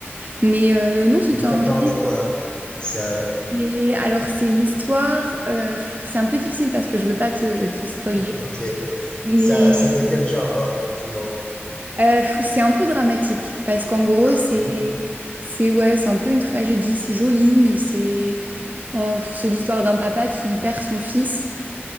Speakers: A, on the right; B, on the left.
A: Mais euh, non, c'était
B: Et ça
A: un
B: parle
A: joli
B: de quoi? Ça,
A: Et alors, c'est l'histoire. euh, pff, c'est un peu difficile parce que je veux pas te, te spoiler.
B: OK.
A: Mais
B: Ça, c'est de quel genre, euh, du moins?
A: euh, pff, c'est un peu dramatique parce qu'en gros,
B: Ah,
A: c'est
B: OK.
A: c'est ouais, c'est un peu une tragédie. C'est joli, mais c'est euh, c'est l'histoire d'un papa qui perd son fils